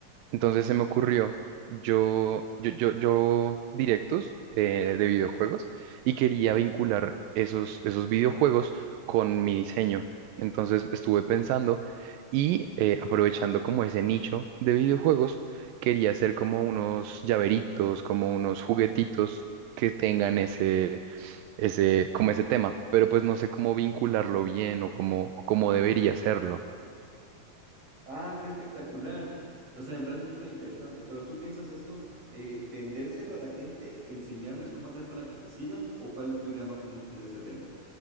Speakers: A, on the right; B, on the right.
A: Entonces se me ocurrió, yo, yo, yo, yo directos eh, de videojuegos y quería vincular esos, esos videojuegos con mi diseño. Entonces estuve pensando y eh, aprovechando como ese nicho de videojuegos, quería hacer como unos llaveritos, como unos juguetitos que tengan ese, ese, como ese tema, pero pues no sé cómo vincularlo bien o cómo, o cómo debería hacerlo
B: Ah, qué espectacular. O sea, me parece súper interesante, pero ¿tú piensas esto, eh, vendérselo a la gente, enseñarles cómo hacer para que te sigan o cuál es tu idea más o menos con este tema?